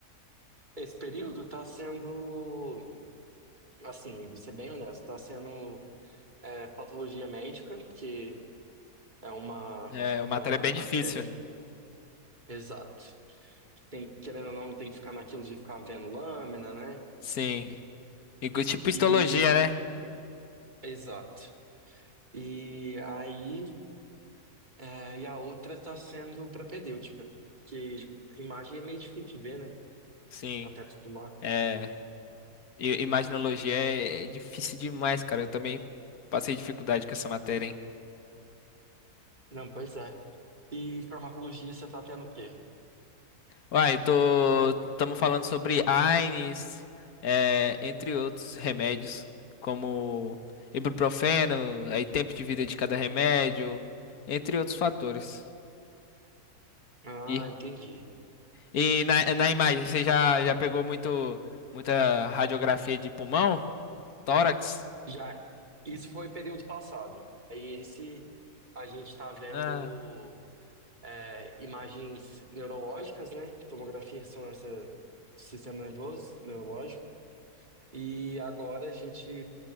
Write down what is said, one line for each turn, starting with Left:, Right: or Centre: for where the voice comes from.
Right: Esse período tá sendo, assim, vou ser bem honesto, tá sendo é, patologia médica, que é uma,
Left: É, uma
Right: uma
Left: matéria bem
Right: matéria,
Left: difícil.
Right: exato. Tem, querendo ou não, tem que ficar naquilo de ficar vendo lâmina, né?
Left: Sim. E tipo histologia,
Right: E,
Left: né?
Right: exato. E aí É, e a outra está sendo propedêutica, que imagem é meio difícil de ver, né?
Left: Sim.
Right: Até acostumar.
Left: É, e- imaginologia é, é difícil demais, cara. Eu também passei dificuldade com essa matéria, hein?
Right: Não, pois é. E farmacologia você tá tendo o quê?
Left: Uai, tô, estamos falando sobre AINEs, é, entre outros remédios, como ibuprofeno, aí tempo de vida de cada remédio, entre outros fatores.
Right: Ah,
Left: E,
Right: entendi.
Left: e na, na imagem, você já, já pegou muito, muita radiografia de pulmão? Tórax?
Right: Já, isso foi período passado. Aí esse a gente tá vendo
Left: Ah,
Right: é, imagens neurológicas, né? Tomografia, e ressonância do sistema nervoso, neurológico. E agora a gente